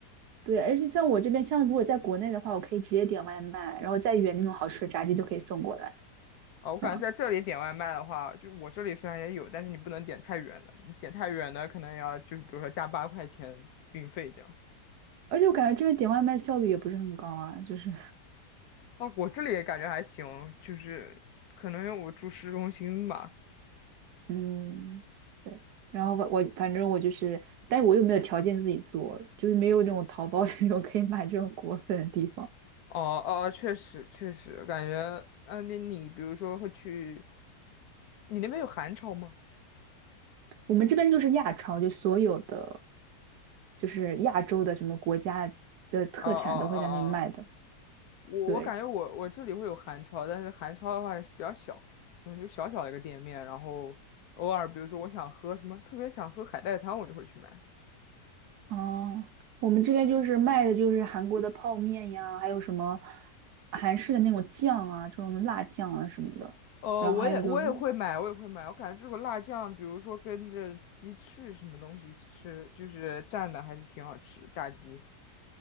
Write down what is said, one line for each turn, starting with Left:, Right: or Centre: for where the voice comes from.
Right: 对，而且像我这边，像如果在国内的话，我可以直接点外卖，然后再远那种好吃的炸鸡都可以送过来。
Left: 哦，我感觉在这里点外卖的话，
Right: 这样。
Left: 就我这里虽然也有，但是你不能点太远的，你点太远的可能要就是比如说加八块钱运费这样。
Right: 而且我感觉这边点外卖效率也不是很高啊，就是，
Left: 啊，我这里也感觉还行，就是可能因为我住市中心吧。
Right: 嗯，对。然后我我反正我就是，但是我又没有条件自己做，就是没有那种淘宝 <laughs> 这种可以买这种果粉的地方。
Left: 哦哦，确实确实，感觉嗯，你你比如说会去，你那边有韩超吗？
Right: 我们这边就是亚超，就所有的就是亚洲的什么国家的特产都会在那里卖的。
Left: 哦哦哦哦我我感觉我我这里会有韩超，
Right: 对，
Left: 但是韩超的话也是比较小，嗯，就小小一个店面，然后偶尔比如说我想喝什么，特别想喝海带汤，我就会去买。
Right: 哦，我们这边就是卖的就是韩国的泡面呀，还有什么韩式的那种酱啊，这种辣酱啊什么的。
Left: 哦，
Right: 然后还有就是
Left: 我也我也会买，我也会买。我感觉这个辣酱，比如说跟着鸡翅什么东西一起吃，就是蘸的还是挺好吃，炸鸡。